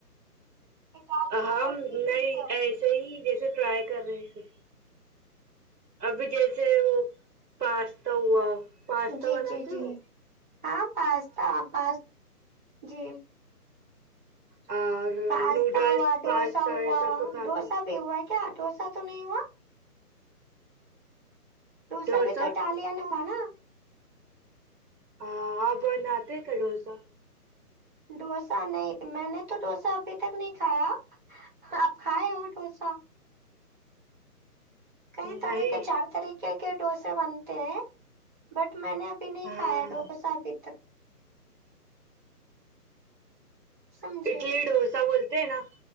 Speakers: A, on the right; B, on the right.
A: اٹالین
B: ہم
A: سبزی
B: نہیں
A: پیتے ہو
B: ایسے ہی جیسے ٹرائی کر رہے تھے ابھی جیسے وہ پاستا ہوا پاستا
A: جی
B: بناتے
A: جی جی
B: ہو
A: ہاں پاستا پس جی
B: اور
A: پاستا
B: نوڈلس
A: ہوا ڈوسا
B: پاستا
A: ہوا
B: یہ سب تو کھاتے
A: ڈوسا بھی ہوا کیا ڈوسا تو نہیں ہوا دوسا
B: ڈوسا
A: بھی تو اٹالین ہوا نا
B: ہاں آ پ بناتے ہے کا دوسا
A: دوسا نہیں میں نے تو دوسا ابھی تک نہیں کھایا آپ کھائے ہو دوسا کئی
B: نہیں
A: طرح کے چار طریقے کے دوسے بنتے ہیں بٹ میں نے ابھی نہیں
B: ہاں
A: کھایا دوسا بھی سمجھے
B: اٹلی دوسا بولتے ہیں نا